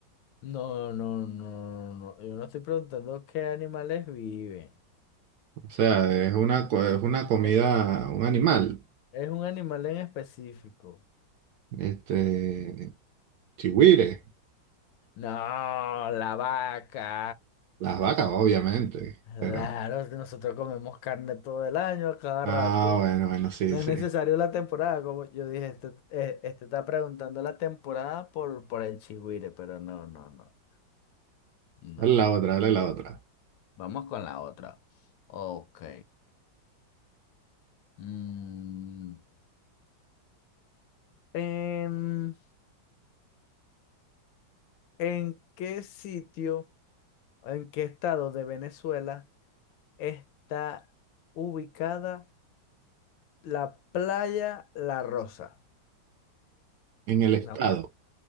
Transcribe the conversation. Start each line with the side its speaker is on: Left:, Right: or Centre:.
Left: No, no, no, no. no. Yo no estoy preguntando qué animales viven.
Right: O sea, es una, co- es una comida,
Left: Es,
Right: un animal.
Left: es un animal en específico.
Right: Este, chigüire,
Left: No, la vaca.
Right: las vacas, obviamente,
Left: Claro,
Right: pero...
Left: es que nosotros comemos carne todo el año, a cada
Right: Ah,
Left: rato.
Right: bueno, bueno, sí,
Left: No es
Right: sí.
Left: necesario la temporada, como yo dije, este, eh, este está preguntando la temporada por, por el chigüire, pero no, no, no, no.
Right: Dale la otra, dale la otra.
Left: Vamos con la otra. Ok. Mm, ¿en en qué sitio? ¿En qué estado de Venezuela está ubicada la playa La Rosa?
Right: En el estado.
Left: No.